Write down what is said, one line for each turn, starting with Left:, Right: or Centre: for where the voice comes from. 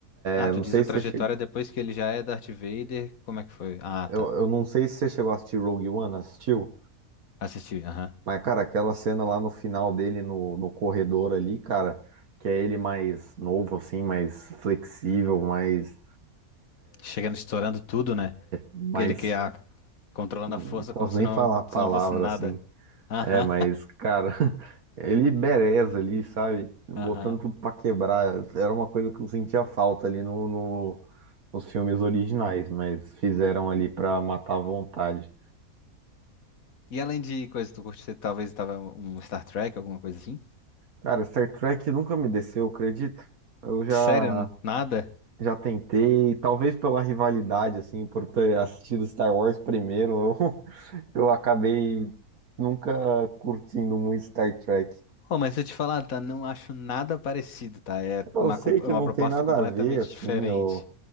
Left: Ah,
Right: eu
Left: tu
Right: não
Left: diz
Right: sei
Left: a trajetória
Right: se você chegou
Left: depois que ele já é Darth Vader, como é que foi? Ah, tá.
Right: Eu, eu não sei se você chegou a assistir Rogue One, assistiu?
Left: Assisti, aham.
Right: Mas, cara, aquela cena lá no final dele, no, no corredor ali, cara, que é ele mais novo, assim, mais flexível, mais.
Left: Chegando estourando tudo, né?
Right: mais.
Left: Ele que ah, controlando
Right: Não
Left: a força
Right: posso
Left: como se
Right: nem
Left: não,
Right: falar a palavra
Left: se não fosse nada.
Right: assim.
Left: Aham,
Right: É, mas, cara, <laughs> ele bereza ali, sabe? Botando
Left: <laughs> aham.
Right: tudo pra quebrar. Era uma coisa que eu sentia falta ali no, no- nos filmes originais, mas fizeram ali pra matar a vontade.
Left: E além de coisa, que tu curte, você talvez tava um Star Trek, alguma coisa assim?
Right: Cara, Star Trek nunca me desceu, acredito. Eu já
Left: Sério, n- nada?
Right: já tentei, talvez pela rivalidade, assim, por ter assistido Star Wars primeiro, eu, <laughs> eu acabei nunca curtindo muito Star Trek.
Left: Oh, mas se eu te falar, tá, não acho nada parecido, tá? É
Right: Eu
Left: uma,
Right: sei
Left: com- é
Right: que
Left: uma
Right: não
Left: proposta
Right: tem nada
Left: completamente
Right: a ver, assim,
Left: diferente.
Right: eu,